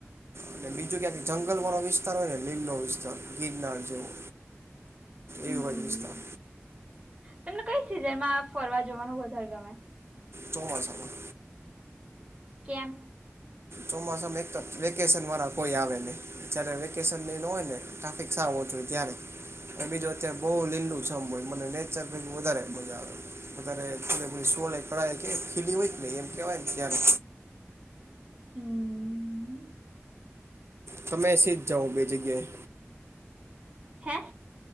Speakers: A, on the right; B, on the right.
A: અને બીજું ક્યા જંગલ વાળો વિસ્તાર હોય ને લીલ નો વિસ્તાર ગિરનાર જેવો
B: હમ
A: એવ વાજબસ્તા
B: તમને કઈ સિઝનમાં ફરવા જવાનું વધારે ગમે
A: ચોમાસા માં
B: કેમપ
A: ચોમાસામાં એક વેકેશન વાળા કોઈ આવે નહી જ્યારે વેકેશન લ હોય ને ટ્રાફિક સારું ઓછુંય ત્યારે અને બીજું અત્યારે બહુ લીલું ચમ મને નેચર ભેગું વધારે મજા આવે વધારે પપડી સોલે કાય કે ફીલીંગ હોય ને એમ કેહેવાય ને ત્યારે
B: હમ્મ
A: તમે સિદ જાઓ બે જગ્યાએ
B: હેં